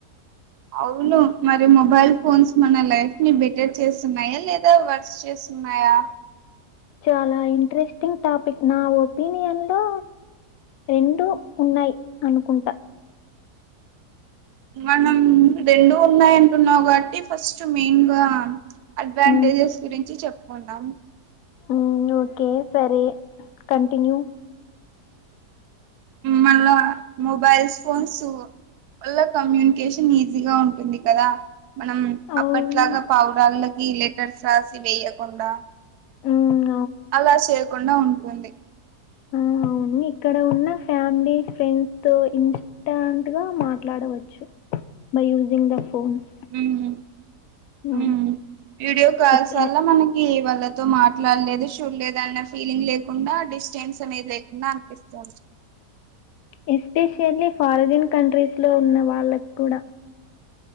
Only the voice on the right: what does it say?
అవును మరి మొబైల్ ఫోన్స్ మన లైఫ్ ని బెటర్ చేస్తున్నాయా లేదా వర్స్ చేస్ నయా
మనం రెండు ఉన్నాయి అంటున్నావు కాబట్టి ఫస్ట్ మెయిన్గా అడ్వాంటేజెస్
గురించి చెప్పుకుందాం
మళ్ళా మొబైల్స్ ఫోన్స్ వల్ల కమ్యూనికేషన్ ఈజీగా ఉంటుంది కదా మనం
అప్పట్లాగా పావురాళ్ళకి లెటర్స్ రాసి వేయకుండా
అలా చేయకుండా ఉంటుంది
uh
uh Video calls
వల్ల మనం ఈ వాళ్ళతో మాట్లాడలేదు చూడలేదు అన్న ఫీలింగ్ లేకుండా డిస్టెన్స్ అనేది లేకుండా ఎక్స